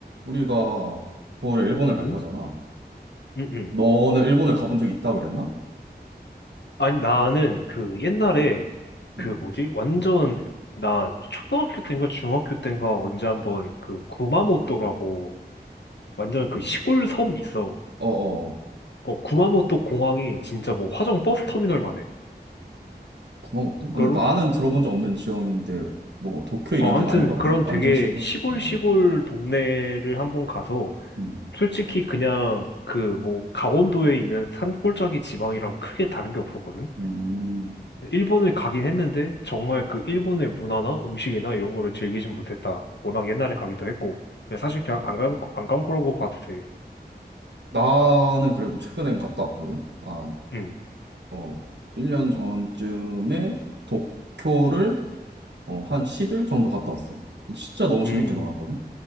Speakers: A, on the right (about 85°); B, on the left (about 85°).
A: 우리가 9월에 일본을 갈
B: 응?
A: 거잖아.
B: 응, 응.
A: 너는 일본을 가본 적 있다 그랬나?
B: 아니, 나는 그 옛날에 그
A: 음,
B: 뭐지? 완전 나 초등학교 때인가 중학교 때인가 언제 한번 그 구마모토라고 완전 그
A: 음.
B: 시골 섬 있어.
A: 어, 어.
B: 어, 구마모토 공항이 진짜 뭐 화정 버스 터미널만 해.
A: 구마모토? 근데
B: 그런,
A: 나는 들어본 적 없는 지역인데, 뭐, 도쿄 이런
B: 어,
A: 데는
B: 아무튼
A: 아닌가
B: 그런
A: 보네. 완전
B: 되게
A: 시골.
B: 시골
A: 어,
B: 시골 동네를 한번 가서
A: 음,
B: 솔직히 그냥 그 뭐 강원도에 있는 산골짜기 지방이랑 크게 다른 게 없었거든?
A: 음.
B: 일본을 가긴 했는데 정말 그 일본의 문화나 음식이나 이런 거를 즐기진 못했다. 워낙 옛날에 가기도 했고 근데 사실 그냥 안 간, 안간 거라고 봐도 돼.
A: 나는 그래도 최근엔 갔다 왔거든. 아,
B: 음,
A: 어, 1년 전쯤에 도쿄를 어, 한 10일 정도 갔다 왔어. 진짜 너무
B: 음,
A: 재밌게 놀았거든.